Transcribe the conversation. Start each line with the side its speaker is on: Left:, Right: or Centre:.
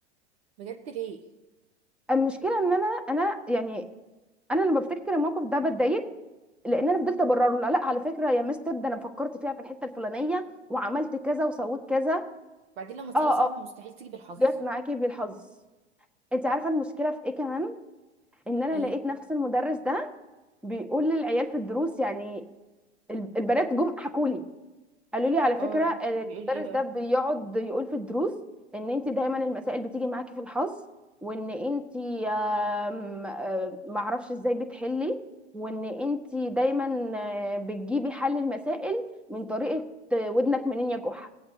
Right: بجد ليه
Centre: المشكله ان انا انا يعني انا لما بفتكر الموقف ده بتضايق لان انا فضلت ابرر له لا على فكره يا مستر ده انا فكرت فيها في الحته الفلانيه وعملت كذا وسويت كذا
Right: بعدين لو مساله
Centre: اه
Right: صعبه
Centre: اه
Right: مستحيل تيجي بالحظ
Centre: جت معاكي بالحظ انت عارفه المشكله في ايه كمان ان انا
Right: ايه
Centre: لقيت نفس المدرس ده بيقول للعيال في الدروس يعني ال- البنات جم حكوا لي قالوا لي على فكره
Right: اه
Centre: المدرس
Right: بيقول ايه بقى
Centre: ده بيقعد يقول في الدروس ان انت دايما المسائل بتيجي معاكي في الحظ وان انت آم، آم، معرفش ازاي بتحلي وان انت دايما آه، بتجيبي حل المسائل من طريقه آه، ودنك منين يا جحا